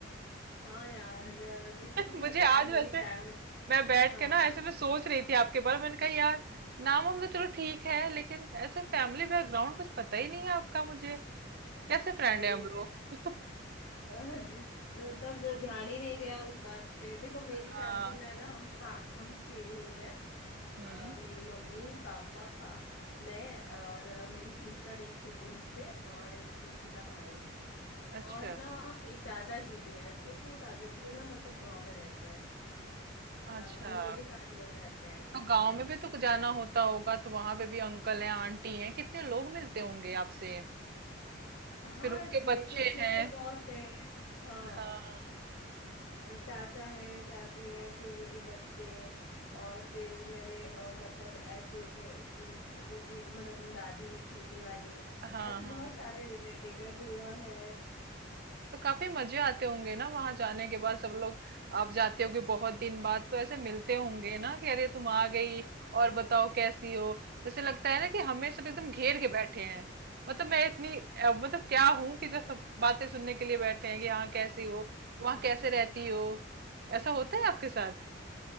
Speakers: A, on the left; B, on the right.
A: हाँ यार अ, देखो
B: <laughs> मुझे
A: पता
B: आज
A: है मेरी
B: वैसे
A: फैमिली
B: मैं बैठ
A: हाँ
B: के ना ऐसे मैं सोच रही थी आपके बारे में मैंने कहा यार नाम हम तो चलो ठीक है लेकिन ऐसे फैमिली बैकग्राउंड कुछ पता ही नहीं है आपका मुझे कैसे फ्रेंड
A: सही
B: है हम लोग
A: है अ, तब ध्यान ही नहीं गया उस बात पे देखो मेरी
B: हाँ
A: फैमिली में ना हम पा- हम छह लोग हैं
B: हम्म
A: अ, मेरी मम्मी पापा मैं और अ, मेरी सिस्टर एक छोटी मुझसे और एक सबसे छोटा भाई है
B: अच्छा
A: और ना एक दादाजी भी हैं तो वो दादाजी ना मतलब गांव में रहते हैं अ,
B: अच्छा
A: हम लोग के साथ नहीं रहते हैं
B: तो
A: हाँ
B: गांव में भी तो जाना होता होगा तो वहां पे भी अंकल हैं आंटी हैं कितने लोग मिलते होंगे आपसे
A: हाँ
B: फिर उनके
A: रिलेटिव्स
B: बच्चे
A: में
B: हैं
A: तो बहुत है हाँ
B: हाँ
A: चाचा है चाची है फिर उनके बच्चे और फिर मेरे अ, मतलब ऐसे अ, दूसरी मतलब दादी है छोटी वाली
B: हाँ
A: ऐसे
B: हाँ
A: बहुत सारे रिलेटिव है बुआ है
B: तो काफी मजे आते होंगे ना वहां जाने के बाद सब लोग आप जाते होगे बहुत दिन बाद तो ऐसे मिलते होंगे ना कि अरे तुम आ गई और बताओ कैसी हो जैसे लगता है ना कि हमें सब एकदम घेर के बैठे हैं मतलब मैं इतनी अ, मतलब क्या हूं कि जब सब बातें सुनने के लिए बैठे हैं कि हाँ कैसी हो वहां कैसे रहती हो ऐसा होता है आपके साथ